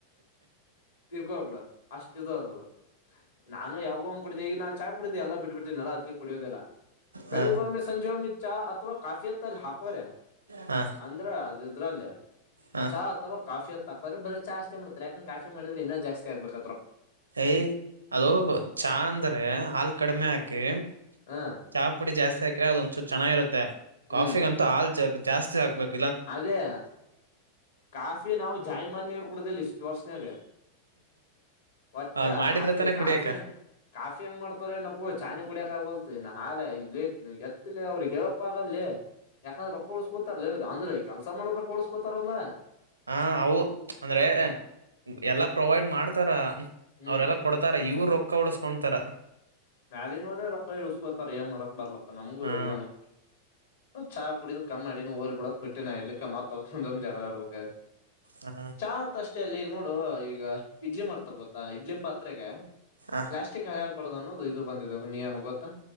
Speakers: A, on the left; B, on the right.
A: ತಿರ್ಕೋ ಬಿಡ ಅಷ್ಟ ಅದ ಅದು ನಾನು ಯಾವೋ ಒಂದ್ ಕುಡಿದ್ದ ಈಗ ನಾ ಚಾಯ್ ಕುಡಿದ್ದ ಎಲ್ಲ ಬಿಟ್ಬಿಟ್ಟಿ ನಡದಕ ಕುಡಿಯೋದಿಲ್ಲ ಬೆಳಗ್
B: ಹ
A: ಒಮ್ಮೆ ಸಂಜೆ ಒಮ್ಮೆ ಚಾ ಅಥವಾ ಕಾಫಿ ಹತ್ತ ಅಲ್ಲಿ ಹಾಕೋರೆ
B: ಹ
A: ಅಂದ್ರ ಅ ಇದ್ರಲ್ಲಿ
B: ಹ
A: ಚಾ ಅಥವಾ ಕಾಫಿ ಹತ್ತ ತಕೋರ ಬ್ರ ಚಾಷ್ಟೇ ಮಾಡತಾರೆ ಯಕಂದ ಕಫಿ ಮಾಡಿದ್ರ ಇನ್ನೂ ಜಾಸ್ತಿ ಆಬೇಕು
B: ಏಯ ಅದು ಚಾ ಅಂದ್ರೆ ಹಾಲು ಕಡಿಮೆ ಹಾಕಿ
A: ಹ
B: ಚಾ ಪುಡಿ ಜಾಸ್ತಿ ಹಾ <unintelligible> ಕೆ ಅದ ಒಂದಸ ಚೆನ್ನಾಗಿರುತ್ತೆ ಕಾಫಿಗಂತ
A: ಹ್ಮ್
B: ಹಾಲು ಜಗ್ ಜಾಸ್ತಿ ಆಗ್ಬೇಕು
A: ಅದೇ ಕಾಫಿ ನಾವು ಜಾಯಮಾನ್ಯ ಕುಡುದಲ್ಲಿ ಇಷ್ಟ ವರ್ಷನಾಗ ಒಟ್ಟೆ
B: ಅವ್ರು ಮಾಡಿದ್ರೆ
A: ಕಾಫಿ
B: ತಾನೇ ಕುಡಿಯಕ
A: ಕಾಫಿ ಕಾಫಿ ಹೆಂಗ್ ಮಾಡ್ತಾರ ಏನ ಪೂ ಚಾನ ಕುಡಿಯೋಕ್ ಆಗೋಯ್ತು ಹಾಲೇ ಇದು ಲೇಟ್ ಎತ್ತಿಲ್ಲ ಅವ್ರಿಗೆ ಕ ಹೇಳಕ್ ಆಗಲ್ಲಿ ಯಾಕಂದ್ರೆ ರೊಕ್ಕ ಉಳಸ್ಕೊತಾರಲ ಇ್ರು ಅಂದ್ರೆ ಕೆಲ್ಸ ಮಾಡೋರ ರೊಕ್ಕಾ ಉಳ್ಸ್ಕೊತರಲ್ಲ
B: ಹಾ ಅವು ಅಂದ್ರೆ ಎಲ್ಲಾ ಪ್ರೊವೈಡ್ ಮಾಡ್ತಾರ
A: ಹ್ಮ್
B: ಅವರೆಲ್ಲ ಕೊಡ್ತಾರೆ ಇವರು ರೊಕ್ಕ ಉಳಸ್ಕೊತಾರ
A: ಮ್ಯಾಲಿನವರೆ ರೊಕ್ಕಾ ಇಳಸ್ಕೋತಾರ ಏನ್ ಮಾಡಕ್ ಬರ್ಲಪ್ಪ ನಮ್ಗೂ
B: ಹಾ
A: ಏನು ಚಾ ಕುಡಿದ ಕಮ್ಮ ಮಾಡೀನಿ ಹೋಲ್ ಬಿಡ ಅತ ಬಿಟ್ಟಿನನ ಇರ್ಲಿ ಮತ್ತ್ ತಗೊಂಡ ಜಗಳ ಆಡಬೇಕ್ತ್
B: ಹ
A: ಚಾ ಆತ್ ಅಷ್ಟೇ ಲೇ ಈಗ ನೋಡ ಈಗ ಇಡ್ಲಿ ಮಾಡ್ತಾರೆ ಗೊತ್ತಾ ಇಡ್ಲಿ ಪಾತ್ರೆಗೆ
B: ಹ
A: ಪ್ಲಾಸ್ಟಿಕ್ ಹಳೆ ಆಗ್ಬಾರ್ದದು ಅನ್ನೋದು ಬಂದಿದಿಯಮ ಗೊತ್ತಾ